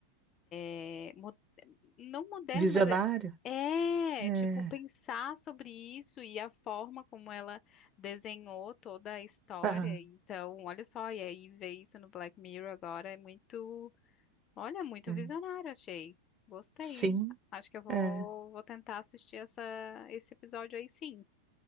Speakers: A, on the left (about 30°); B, on the right (about 25°).
A: é, mo- não moderno,
B: visionário.
A: mas é,
B: É,
A: é, tipo, pensar sobre isso e a forma como ela desenhou toda a história.
B: aham,
A: Então, olha só, e aí ver isso no Black Mirror agora é muito. Olha, muito
B: é,
A: visionário, achei. Gostei,
B: sim.
A: hein? Acho que eu vou,
B: é.
A: vou tentar assistir essa, esse episódio aí, sim.